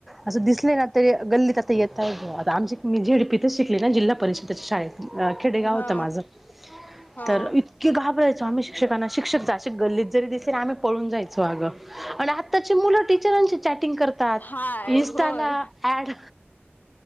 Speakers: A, in the centre; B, on the left (about 45°).
A: असं दिसले... तरी गल्लीत आता येत आहे आता आमची मी झेडपीतच शिकले ना जिल्हा परिषद त्याच्या शाळेत... अ खेडेगाव
B: हा
A: होत माझं
B: हा
A: तर इतके घाबराय... आम्ही शिक्षकांना शिक्षक जर असे गल्लीत जरी दिसले ना आम्ही पळून जायचो अग आणि आताची मुल टिचराशी चॅटिंग.. चैटिंग करतात
B: हाय
A: इंस्टला...
B: होय
A: एड